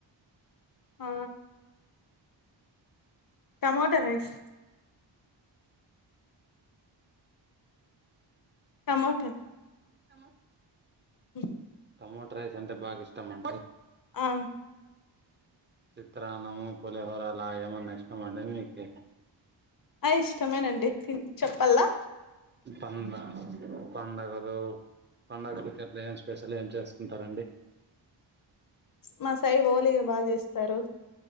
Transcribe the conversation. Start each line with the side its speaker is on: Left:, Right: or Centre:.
Left: ఆ టమోటా రైస్ టమోటా
Right: టమో
Left: అ
Right: టమోటా రైస్ అంతా బాగా ఇష్టమా అండి
Left: ఆ
Right: చిత్రాన్నము పులిహోర అలా ఏమన్న ఇష్టమాండి మీకి
Left: ఆ ఇష్టమేనండి తిన్ చెప్పలా
Right: పందా పండగలు పండగలకట్లు ఏం స్పెషల్ ఏం చేస్తుంటారండి
Left: మా సైడ్ హోలీగా బాగా చేస్తారు